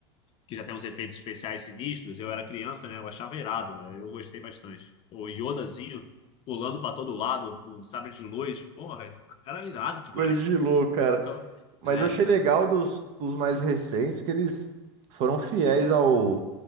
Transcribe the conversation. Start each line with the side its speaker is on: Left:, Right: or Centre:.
Left: que já tem uns efeitos especiais sinistros, eu era criança, né? Eu achava irado, velho. eu gostei bastante. O Yodazinho pulando pra todo lado, com sabre de luz, porra, era irado demais.
Right: Coisa de louco, cara.
Left: Eu ficava.
Right: Mas
Left: É,
Right: eu achei legal dos, dos mais recentes que eles foram fiéis ao,